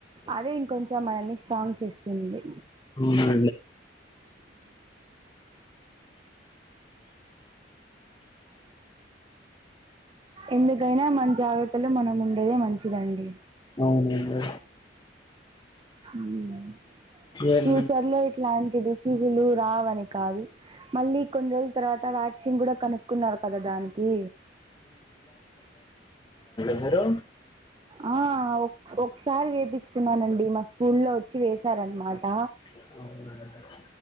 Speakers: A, on the right; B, on the left.
A: అదే ఇంకొంచం చం మనల్ని స్ట్రాంగ్ చేస్తుంది
B: అవునండి
A: ఎందుకైనా మన జాగ్రత్తలో మనం ఉ ఉండేదే మంచిదండి
B: అవునండి
A: మ్
B: ఏం
A: ఫ్యూచర్ లో ఇట్లాంటి డిసీజ్ సీసులు రావని కాదు మళ్ళీ కొన్నీ రోజ్లు తరవ త వ్యాక్సిన్ కూడా కనుక్కున్నారు కదా దానికి
B: ఎవ్వరు
A: ఆ ఒకసారి వేపించుకున్నానండి మా స్కూల్లో వచ్చి వేసారనమాట
B: అవునండి